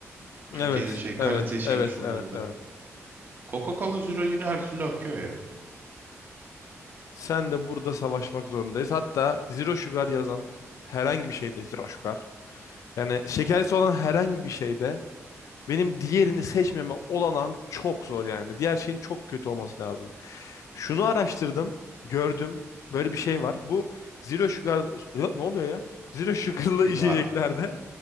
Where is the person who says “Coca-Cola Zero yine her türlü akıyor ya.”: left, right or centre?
Right